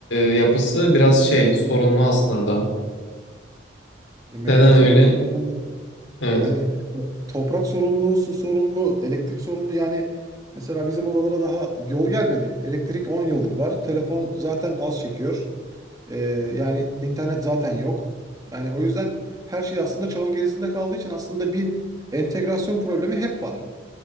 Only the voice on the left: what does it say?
e, yapısı biraz şey sorunlu aslında.
Neden öyle?
Evet.